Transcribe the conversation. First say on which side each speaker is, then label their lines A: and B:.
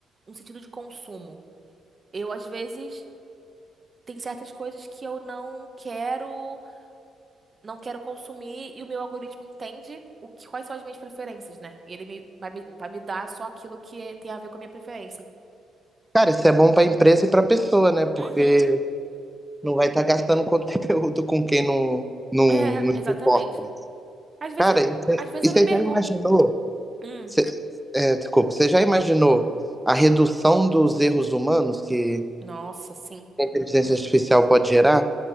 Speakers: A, on the right; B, in the centre.
A: um sentido de consumo. Eu, às vezes, tem certas coisas que eu não quero, não quero consumir e o meu algoritmo entende o que, quais são as minhas preferências, né? E ele me, vai me, vai me dar só aquilo que é- tem a ver com a minha preferência.
B: Cara, isso é bom pra empresa e pra pessoa, né? Porque
A: Uhum.
B: não vai estar gastando conteúdo <laughs> com quem não,
A: <laughs>
B: não, não
A: É,
B: se
A: exatamente.
B: importa. né?
A: Às vezes
B: Cara,
A: eu me,
B: e você
A: às vezes
B: e
A: eu
B: você
A: me pergunto.
B: já imaginou?
A: Hum,
B: você- é, desculpa, você já imaginou a redução dos erros humanos que
A: nossa, sim,
B: a inteligência artificial pode gerar?